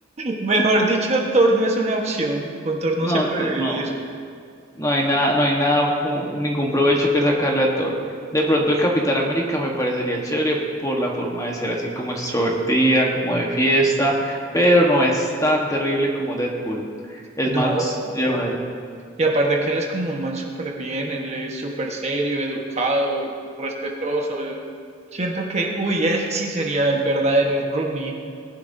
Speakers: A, on the right (about 35°); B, on the left (about 15°).
A: mejor dicho, torno es una opción. Con torno
B: No,
A: se puede
B: tú no.
A: vivir.
B: No hay nada, no hay nada, como- ningún provecho que sacarle a Thor. De pronto el Capitán América me parecería chévere por la forma de ser así como extrovertida, como de fiesta, pero no es tan terrible como Deadpool. Es
A: No,
B: más llevadero.
A: y aparte que él es como un man súper bien, él es súper serio, educado, respetuoso. él- Siento que, uy, él sí sería el verdadero roomie.